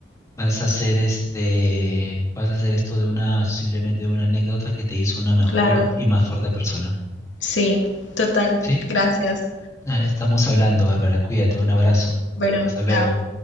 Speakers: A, on the left; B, on the left.
A: Vas a hacer este, vas a hacer esto de una, simplemente de una anécdota que te hizo una mejor
B: Claro.
A: y más fuerte persona.
B: Sí, total.
A: ¿Sí?
B: Gracias.
A: Nada, estamos hablando, Bárbara. Cuídate, un abrazo.
B: Bueno,
A: Hasta luego.
B: chao.